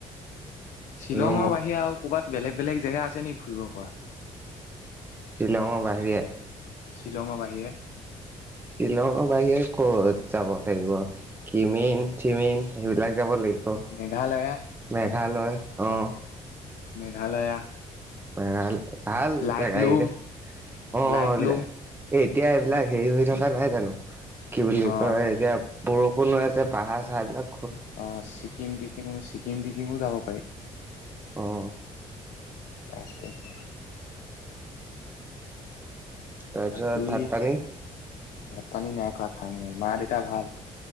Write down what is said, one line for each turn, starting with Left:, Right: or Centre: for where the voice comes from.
Left: শ্বিলঙৰ
Right: ৰুম
Left: বাহিৰে আৰু ক'বাত বেলেগ বেলেগ জেগা আছে নি ফুৰিব পৰা‌?
Right: শ্বিলঙৰ বাহিৰে
Left: শ্বিলঙৰ বাহিৰে
Right: শ্বিলঙৰ বাহিৰে ক'ত যাব লাগিব কিমিন চিমিন সেইবিলাক যাব লাগিব।
Left: মেঘালয়া
Right: মেঘালয় আহ,
Left: মেঘালয়া,
Right: ভাল ভাল
Left: লাইটলুম
Right: জেগা এইতিয়া অ
Left: লাইটলুম
Right: এইবিলাক এই এতিয়া এইবিলাক হেৰি হৈ থকা নাই জানো কি বুলি
Left: অ
Right: কয় এতিয়া বৰষুণো আছে পাহাৰ চাহবিলাক
Left: আহ ছিকিম টিকিমো ছিকিম টিকিমো যাব পাৰি।
Right: আহ
Left: তাকেহে,
Right: তাৰপিছত
Left: বাকী
Right: ভাত পানী
Left: ভাত পানী নাই খোৱা খাম হে মা দেউতা ভাল।